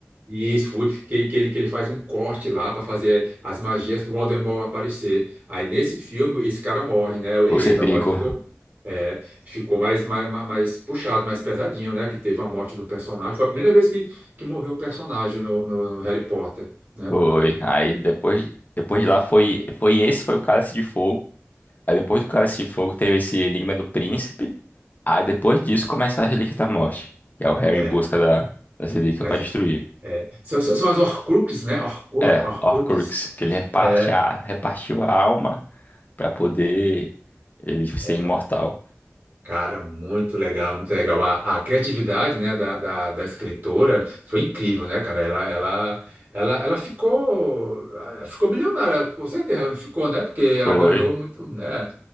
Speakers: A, on the right; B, on the left.
A: e isso foi que, ele- que ele que ele faz um corte lá para fazer as magias pro Voldemort aparecer. Aí nesse filme esse cara morre, né?
B: O
A: Eita,
B: Cedrico.
A: agora ficou é, ficou mais, mais mais mais puxado, mais pesadinho, né? Que teve a morte do personagem. Foi a primeira vez que, que morreu um personagem no, no, no Harry Potter, né?
B: Foi. Aí depois, de- depois de lá foi, foi esse, foi o Cálice de Fogo. Aí depois do Cálice de Fogo teve esse Enigma do Príncipe. Aí depois disso começa a Relíquia da Morte. Que é o Harry
A: É,
B: em busca da, da relíquia
A: das-
B: para destruir.
A: é, são, são, são as Horcruxes, né? Horcrux,
B: É,
A: Horcruxes.
B: Horcrux. Que ele reparte
A: É.
B: a, repartiu a alma para poder ele ser
A: é.
B: imortal.
A: Cara, muito legal, muito legal. A, a criatividade, né, da, da, da escritora foi incrível, né, cara? Ela, ela, ela, ela ficou, ela ficou milionária, com certeza, não ficou, né? Porque ela
B: Foi.
A: ganhou muito, né?